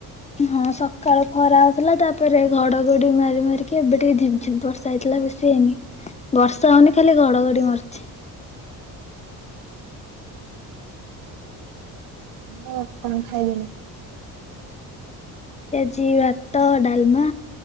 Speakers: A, on the left (about 20°); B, on the right (about 75°).
A: ହଁ ସକାଳ ଖରା ହଉଥିଲା ତାପରେ ଘଡଘଡି ମାରି ମାରିକି ଏବେ ଟିକେ ଝିମ୍ ଝିମ୍ ବର୍ଷା ହେଇଥିଲା। ବେଶି ହେଇନି ବର୍ଷା ହଉନି ଖାଲି ଘଡଘଡି ମାରୁଛି।
B: ମୁଁ କଣ ଖାଇଲି।
A: ଘିଅ ଭାତ ଡାଲମା